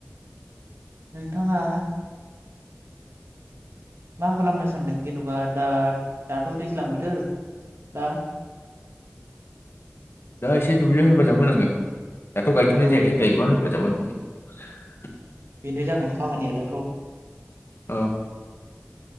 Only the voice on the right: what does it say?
नोंथाङा मा खालामनो सानदों जेनबा दा दाथ दैज्लां बोथोर दा
औ
बेनो जागोन खामानिया दाथ।